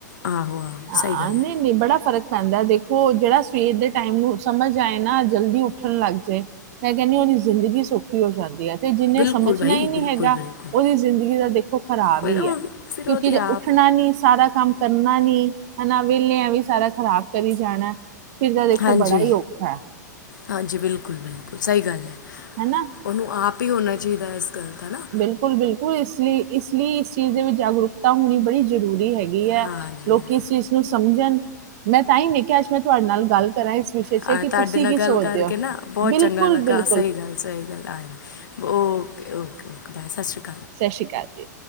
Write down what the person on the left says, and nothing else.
ਆਹੋ ਆਹੋ
ਸਹੀ ਗੱਲ
ਹੈ
ਬਿਲਕੁਲ
ਬਾਈ
ਬਿਲਕੁਲ
ਬਿਲਕੁਲ
ਫਿਰ
ਉਹ
ਫਿਰ
ਉਹਦੀ ਆਪ
ਹਾਂਜੀ
ਹਾਂਜੀ ਬਿਲਕੁਲ ਬਿਲਕੁਲ ਸਹੀ ਗੱਲ ਹੈ
ਉਹਨੂੰ ਆਪ ਹੀ ਹੋਣਾ ਚਾਹੀਦਾ ਇਸ ਗੱਲ ਦਾ ਨਾ
ਹਾਂਜੀ
ਅ
ਤੁਹਾਡੇ
ਨਾਲ
ਗੱਲ
ਕਰਕੇ
ਨਾ ਬਹੁਤ
ਚੰਗਾ ਲੱਗਾ
ਸਹੀ ਗੱਲ ਸਹੀ ਗੱਲ ਆ ਓਕੇ ਓਕੇ ਓਕੇ ਬਾਏ ਸਤਿ ਸ਼੍ਰੀ ਅਕਾਲ